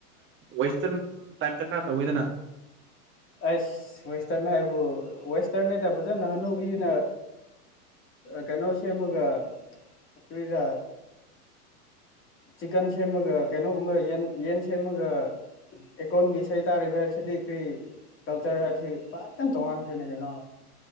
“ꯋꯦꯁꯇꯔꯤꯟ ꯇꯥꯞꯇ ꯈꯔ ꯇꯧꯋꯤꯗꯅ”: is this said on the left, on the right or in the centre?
Right